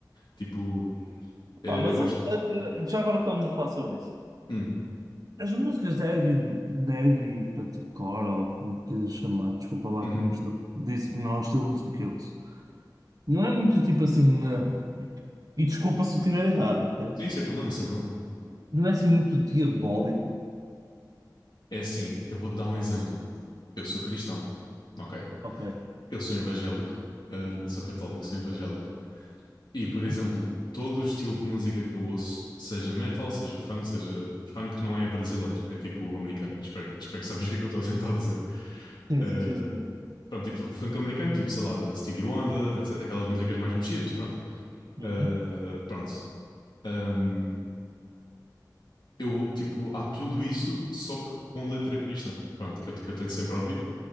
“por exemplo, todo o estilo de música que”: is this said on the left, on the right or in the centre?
Left